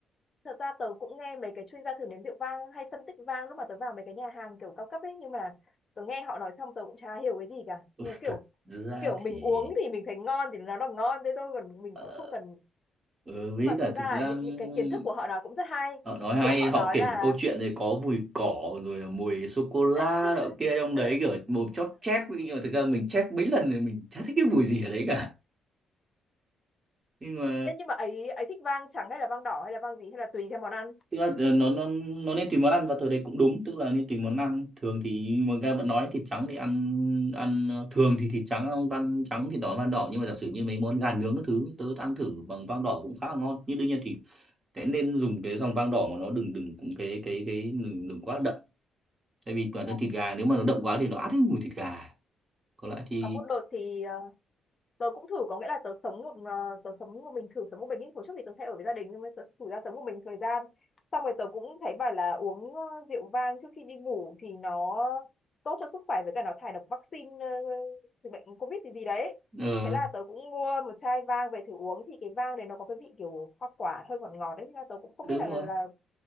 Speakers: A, on the left (about 35°); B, on the right (about 30°).
A: thật ra tớ cũng nghe mấy cái chuyên gia thử nếm rượu vang hay phân tích vang lúc mà tớ vào mấy cái nhà hàng kiểu cao cấp ấy nhưng mà tớ nghe họ nói xong tớ cũng chả hiểu cái gì cả
B: ừ,
A: nhưng kiểu
B: thực ra
A: kiểu
B: thì
A: mình uống thì mình thấy ngon thì nó là ngon thế thôi còn mình
B: Ờ,
A: cũng không cần
B: Ừ,
A: nhưng
B: với
A: mà
B: cả
A: thật
B: thực
A: ra
B: ra
A: là những
B: ừm,
A: những cái kiến thức của họ nói cũng rất hay
B: họ nói hay
A: kiểu họ
B: họ
A: nói
B: kể
A: là
B: một câu chuyện này có mùi cỏ rồi là mùi sô cô la
A: <laughs>
B: đọ kia trong đấy kiểu mồm chóp chép nhưng mà thực ra mình chép mấy lần rồi mình chả thích cái mùi gì ở đấy cả nhưng mà
A: Ê, nhưng mà ấy ấy thích vang trắng hay là vang đỏ hay là vang gì hay là tùy theo món ăn
B: tức là ờ, nó nó nó nên tùy món ăn và thời đấy cũng đúng tức là nên tùy món ăn thường thì người ta vẫn nói thịt trắng thì ăn ăn ờ, thường thì thịt trắng ăn van trắng thịt đỏ ăn van đỏ nhưng mà giả sử như mấy món gà nướng các thứ tớ ăn thử bằng van đỏ cũng khá là ngon nhưng đương nhiên thì thế nên dùng cái dòng vang đỏ mà nó đừng đừng cũng cái cái cái đừng đừng quá đậm tại vì toàn
A: Ờ,
B: thân thịt gà nếu mà nó đậm quá thì nó át hết mùi thịt gà còn lại thì
A: có một đợt thì ờ, tớ cũng thử có nghĩa là tớ sống một ờ, tớ sống một mình thử sống một mình ý. hồi trước thì tớ hay ở với gia đình nhưng mà tớ thử ra sống một mình thời gian xong rồi tớ cũng thấy bảo là uống ờ, rượu vang trước khi đi ngủ thì nó tốt cho sức khỏe với cả nó thải độc vaccine ờ, từ bệnh covid gì gì đấy
B: ờ
A: thế là tớ cũng mua một chai vang về thử uống thì cái vang đấy nó có cái vị kiểu hoa quả hơi ngọt ngọt đấy Thế là tớ cũng không
B: ừ, đúng
A: biết là
B: rồi
A: là